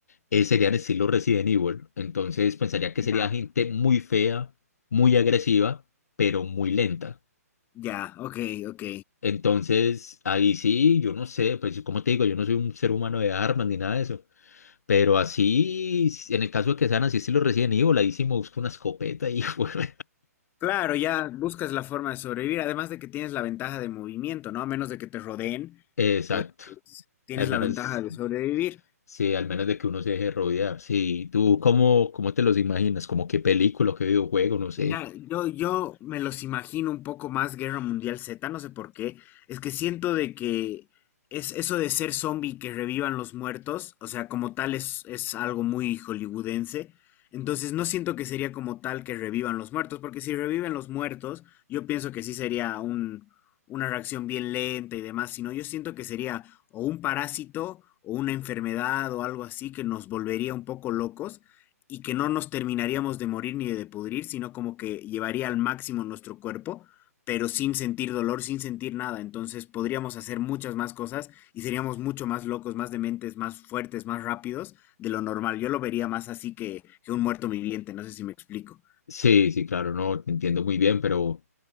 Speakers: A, on the left; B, on the left.
A: eh, serían estilo Resident Evil. Entonces pensaría que sería
B: Ya,
A: gente muy fea, muy agresiva, pero muy lenta.
B: ya, ok, ok.
A: Entonces ahí sí, yo no sé, pues como te digo, yo no soy un ser humano de armas ni nada de eso. Pero así, en el caso de que sean así estilo Resident Evil, ahí sí me busco una escopeta y <laughs> bueno.
B: Claro, ya buscas la forma de sobrevivir, además de que tienes la ventaja de movimiento, ¿no? A menos de que te rodeen,
A: Exacto.
B: pues tienes
A: Al menos,
B: la ventaja de sobrevivir.
A: sí, al menos de que uno se deje rodear. Sí, ¿tú cómo, cómo te los imaginas? ¿Como qué película, qué videojuego? No sé.
B: Mira, yo, yo me los imagino un poco más Guerra Mundial Z, no sé por qué. Es que siento de que es eso de ser zombie que revivan los muertos, o sea, como tal es, es algo muy hollywoodense. Entonces no siento que sería como tal que revivan los muertos, porque si reviven los muertos, yo pienso que sí sería un, una reacción bien lenta y demás, sino yo siento que sería o un parásito o una enfermedad o algo así que nos volvería un poco locos y que no nos terminaríamos de morir ni de pudrir, sino como que llevaría al máximo nuestro cuerpo, pero sin sentir dolor, sin sentir nada. Entonces podríamos hacer muchas más cosas y seríamos mucho más locos, más dementes, más fuertes, más rápidos de lo normal. Yo lo vería más así que, que un muerto viviente, no sé si me explico.
A: Sí, sí, claro, no, te entiendo muy bien, pero,